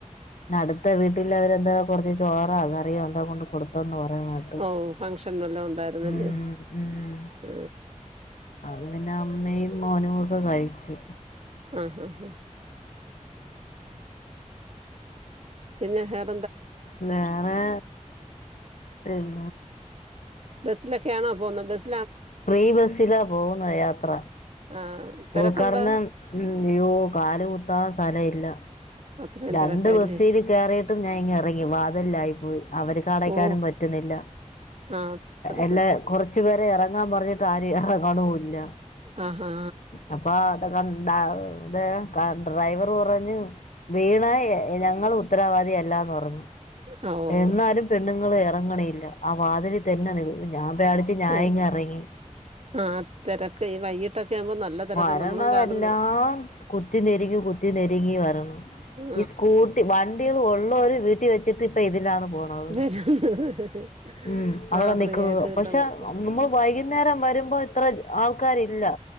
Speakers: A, on the left; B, on the right.
A: പി അടുത്ത വീട്ടില് അവരെ എന്താ കൊറച്ച് ചോറാ കറിയോ എന്താ കൊണ്ട് കൊടുത് ത്തന്ന് പറേന്നെകേട്ട്
B: ഓ ഫംഗ്ഷൻ വല്ലതും ഉണ്ടായിരുന്നല്ലേ
A: ഉം ഉം
B: ആ
A: അത് പിന്നെ അമ്മയും മോനു ഒക്കെ കഴിച്ചു.
B: ആ ഹ ഹാ പിന്നെ ഹാപ്
A: വേറെ പിൻ
B: ബസ്സിലൊക്കെയാണോ പോന്നെ ബസ്
A: ഫ്രീ ബസിലാ പോവുന്ന യാത്ര.
B: ആ തിരക്കുണ്ടോ
A: ഉൾഘാടനം ഉം അയ്യോ കാല് കുത്താൻ സ്ഥലഇല്ല.
B: അത്രയും
A: രണ്ട്
B: തിരക്കല്ലേ
A: ബസ്സില് കേയറിയിട്ടും ഞാനിങ്ങ് ഇറങ്ങി. വാതിലിലായിപോയി അവർക്ക് അടയ്ക്കാനും
B: ഓ
A: പറ്റുന്നില്ല.
B: ആ അത്ര
A: എല്ലാ
B: തിരക്ക്
A: കൊറച്ചു പേരെ ഇറ ങ്ങാൻ പറഞ്ഞിട്ട് ആരും ഉറങ്ങണോ ഇല്ല
B: ആഹാ
A: അപ്പ അ കണ്ട തെ കണ്ട് ഡ്രൈവർ പറഞ്ഞു വീണാ ഞങ്ങൾ ഉത്തരവാദി അല്ലാന്ന് പറഞ്ഞു.
B: ആ ഓ
A: എന്നാലും പെണ്ണുങ്ങൾ ഇറങ്ങണില്ല. ആ വാതിലി തന്നെ നിന്നു. ഞാൻ പേടിച്ച് ഞാനിങ്ങ്
B: ഓ
A: ഇറങ്ങി.
B: ആ തിരക്ക് ഈ വൈകിട്ടൊക്കെ ആകുമ്പോൾ നല്ല തിരക്കാണ്
A: വരണതെല്ലാം
B: നമ്മളും കാണുന്നു
A: കുത്തി നെരിങ്ങി കുത്തി നെരിങ്ങി വരണ്.
B: ആ
A: ഈ സ്കൂട്ടി വണ്ടികൾ ഉള്ളോര് വീട്ടിൽ വെച്ചിട്ട് ഇപ്പൊ ഇതിലാണ് പോണത്.
B: വരുന്നത്
A: ഉം അവിടെ
B: ആ ഫ്രീ
A: നിക്കുന്നത്.
B: ആയിട്ട് കിട്ടുമ്പോൾ
A: പക്ഷെ നമ്മൾ വൈകി കുന്നേരം വരുമ്പോ ഇത്ര ആൾക്കാരില്ല.